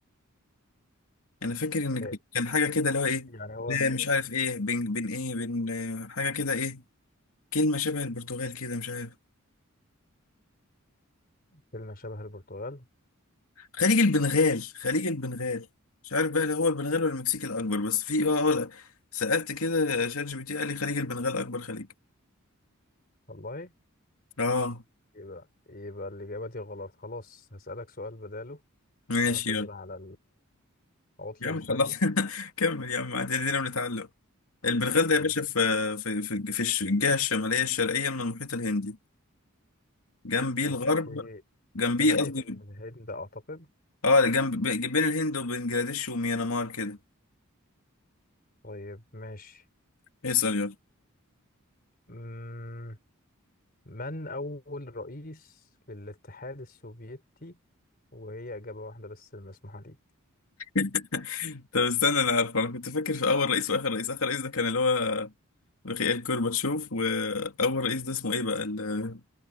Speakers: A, on the left (about 85°); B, on the left (about 45°).
A: انا فاكر ان
B: آه،
A: كان حاجة كده اللي هو ايه
B: يعني هو
A: ب- مش عارف ايه بين بين ايه بين آه، حاجة كده ايه كلمة شبه البرتغال كده مش عارف
B: كلمة شبه البرتغال
A: خليج البنغال خليج البنغال مش عارف بقى اللي هو البنغال ولا المكسيك الأكبر بس في اه آه، سألت كده شات جي بي تي قال لي خليج البنغال أكبر خليج
B: والله
A: اه
B: يبقى يبقى الإجابة دي غلط خلاص هسألك سؤال بداله
A: ماشي
B: بعتذر
A: يلا
B: على العطل
A: يا
B: الفني
A: عم خلاص <laughs> كمل يا عم عدينا بنتعلم البنغال
B: طب
A: ده يا باشا في في في في الش- الجهة الشمالية الشرقية من المحيط الهندي جنبيه الغرب
B: أوكي
A: جنبيه
B: ده ناحية
A: قصدي
B: الهند أعتقد
A: اه جنب بين الهند وبنجلاديش وميانمار كده
B: طيب ماشي
A: اسأل يلا
B: أمم، من أول رئيس للاتحاد السوفيتي وهي إجابة واحدة بس المسموحة ليك
A: <laughs> طب استنى انا عارفه انا كنت فاكر في اول رئيس واخر رئيس اخر رئيس ده كان اللي هو ميخائيل كورباتشوف وأول رئيس ده اسمه إيه بقى ال